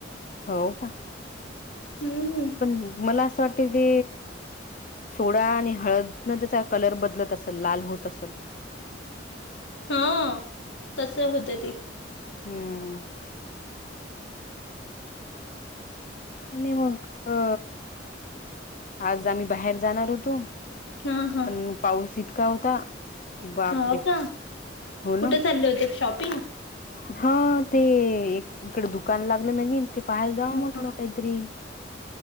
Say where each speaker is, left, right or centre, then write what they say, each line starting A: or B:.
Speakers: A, on the left (about 45°); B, on the left (about 70°).
A: हो का
B: हम्म
A: पण मला असं वाटत ते सोडा आणि हळदन त्याचा कलर बदलत असेल लाल होत असल
B: हा तस होतं ते
A: हम्म नाही मग अ आज आम्ही बाहेर जाणार होतो
B: हा हा
A: पण पाऊस इतका होता कि बापरे
B: हो का
A: हो
B: कुठे
A: ना
B: चालले होते शॉपिंग
A: हा ते एक इकड दुकान लागलं नवीन ते पाहायला जावं
B: हो
A: म्हटलं काहीतरी